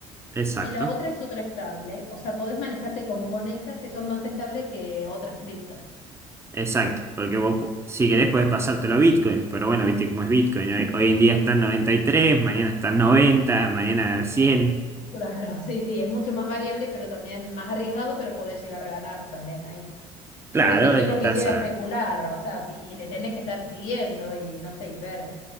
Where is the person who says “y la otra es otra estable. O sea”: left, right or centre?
Left